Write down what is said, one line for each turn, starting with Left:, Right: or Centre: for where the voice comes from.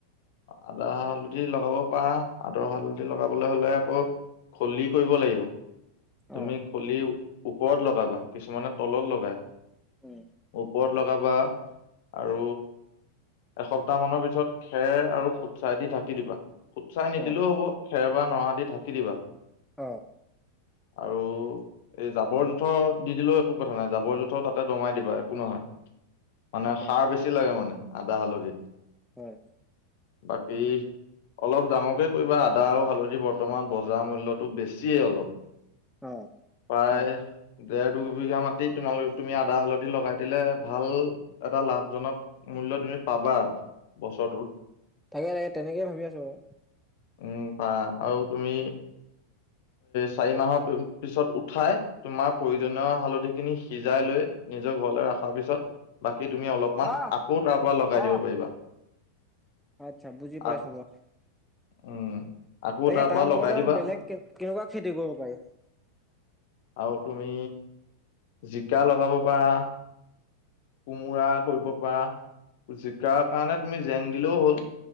Left: আদা হালধি লগাব পাৰা, আদাৰ হালধি লগাবলৈ হলে আকৌ খুলি কৰিব লাগিব। তুমি
Centre: অ
Left: খুলি। ওপৰত লগাবা, কিছুমানে তলত লগাই।
Centre: উম
Left: ওপৰত লগাবা আৰু এসপ্তাহ মানৰ পিছত। খেৰ আৰু ফুটচাই দি ঢাকি দিবা। ফুটচাই নিদিলেও
Centre: অ
Left: হব, খেৰ বা নৰা দি থাকে। দিবা
Centre: অ'
Left: আৰু এই জাবৰ জোথৰ দি দিলেও একো কথা নাই, জাবৰ জোঁথৰ তাতে দমাই দিবা একো নহয়। মানে
Centre: তাকে
Left: সাৰ বেছি লাগে মানে। আদা হালধিত।
Centre: হয়।
Left: বাকী--অলপ ডাঙৰকে কৰিবা, আদা আৰু হালধি বৰ্তমান বজাৰ মূল্যটো বেছিয়ে অলপ।
Centre: অ
Left: পায়।
Centre: হয়
Left: দেৰ দুবিঘা মাটি তোমালোকে তুমি আদা হালধি লগাই দিলে ভাল এটা লাভজনক মূল্য তুমি পাবা। চল <unintelligible>
Centre: তাকে তেনেকেই ভাবি আছো বাৰু।
Left: উম পাৰা, আৰু তুমি চাৰি মাহৰ পিছত উঠাই তোমাৰ প্ৰয়োজনীয় হালধি খিনি সিজাই লৈ নিজৰ ঘৰলৈ ৰখাৰ পিছত। তুমি অলপমান
Centre: অ
Left: আকৌ তাৰ পৰা লগাই
Centre: অ
Left: দিব পাৰিবা।
Centre: আচ্ছা বুজি পাইছো
Left: আক
Centre: বাৰু।
Left: উম। আকৌ
Centre: তাকে তাৰ
Left: পৰা
Centre: লগতে
Left: লগাই
Centre: আৰু
Left: দিবা
Centre: বেলেগ কেনেকুৱা খেতি কৰিব পাৰি?
Left: আৰু তুমি জিকা লগাব পাৰা, কোমোৰা কৰিব পাৰা, জিকাৰ কাৰণে তুমি জেং দিলেও হ'ল।